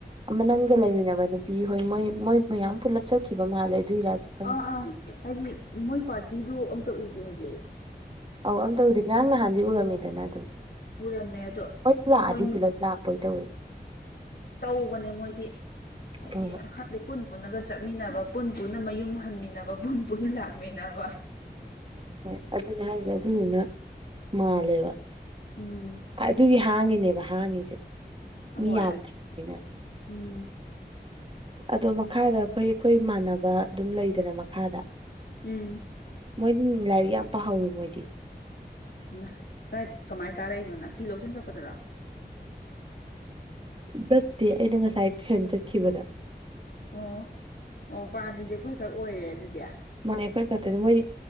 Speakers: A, on the right (about 30°); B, on the left (about 70°).
A: ꯑꯃ ꯅꯪꯒ ꯂꯩꯃꯤꯟꯅꯕ ꯅꯨꯄꯤ ꯍꯣꯏ ꯃꯣꯏ ꯃꯣꯏ ꯃꯌꯥꯝ ꯄꯨꯂꯞ ꯆꯠꯈꯤꯕ ꯃꯥꯜꯂꯦ ꯑꯗꯨꯏꯔꯥꯁꯨ ꯈꯪꯗꯦ
B: ꯑꯥ ꯑꯥ ꯍꯥꯏꯗꯤ ꯃꯣꯏ ꯄꯥꯔꯇꯤꯗꯨꯣ ꯑꯝꯇ ꯎꯗꯦ ꯍꯧꯖꯤꯛ
A: ꯑꯧ ꯑꯝꯇ ꯎꯗꯦ ꯉꯔꯥꯡ ꯅꯍꯥꯟꯗꯤ ꯎꯔꯝꯃꯤꯗꯅ ꯑꯗꯨꯝ
B: ꯎꯔꯝꯃꯦ ꯑꯗꯣ
A: ꯃꯣꯏ ꯂꯥꯛꯑꯗꯤ
B: ꯍꯣꯏ
A: ꯄꯨꯂꯞ ꯂꯥꯛꯄꯣꯏ ꯇꯧꯏ
B: ꯇꯧꯕꯅꯦ ꯃꯣꯏꯗꯤ ꯍꯥꯏꯗꯤ
A: ꯎꯝ
B: ꯑꯈꯪ ꯍꯥꯏꯗꯤ ꯄꯨꯟ ꯄꯨꯟꯅꯒ ꯆꯠꯃꯤꯟꯅꯕ ꯄꯨꯟ ꯄꯨꯟꯅ ꯃꯌꯨꯝ ꯍꯟꯃꯤꯟꯅꯕ ꯄꯨꯟ ꯄꯨꯟꯅ ꯂꯥꯛꯃꯤꯟꯅꯕ
A: ꯍꯣꯏ ꯑꯗꯨꯅꯦ ꯍꯥꯏꯁꯦ ꯑꯗꯨꯗꯨꯅ ꯃꯥꯜꯂꯦꯕ
B: ꯎꯝ
A: ꯑꯗꯨꯒꯤ ꯍꯥꯡꯉꯤꯅꯦꯕ ꯍꯥꯡꯉꯤꯁꯦ ꯃꯤ
B: ꯍꯣꯏ
A: ꯌꯥꯝꯗ꯭ꯔꯤꯅꯤꯅ
B: ꯎꯝ
A: ꯑꯗꯣ ꯃꯈꯥꯗ ꯑꯩꯈꯣꯏ ꯑꯩꯈꯣꯏ ꯏꯃꯥꯟꯅꯕ ꯑꯗꯨꯝ ꯂꯩꯗꯅ ꯃꯈꯥꯗ
B: ꯎꯝ
A: ꯃꯣꯏꯗꯤ ꯂꯥꯏꯔꯤꯛ ꯌꯥꯝ ꯄꯥꯍꯧꯋꯤ ꯃꯣꯏꯗꯤ
B: ꯏꯃꯥ ꯀꯥꯏ ꯀꯃꯥꯏꯅ ꯇꯥꯔꯛꯏꯅꯣ ꯅꯪ ꯐꯤ ꯂꯧꯁꯤꯟ ꯆꯠꯄꯗꯔꯣ
A: ꯅꯠꯇꯦ ꯑꯩꯅ ꯉꯁꯥꯏ ꯇꯨꯏꯁꯟ ꯆꯠꯈꯤꯕꯗ
B: ꯑꯣ ꯑꯣ ꯄꯥꯗ꯭ꯔꯤꯖꯦ ꯑꯩꯈꯣꯏꯈꯛ ꯑꯣꯏꯔꯦ ꯑꯗꯨꯗꯤ
A: ꯃꯥꯅꯦ ꯑꯩꯈꯣꯏ ꯈꯛꯇꯅꯤ ꯃꯣꯏꯗꯤ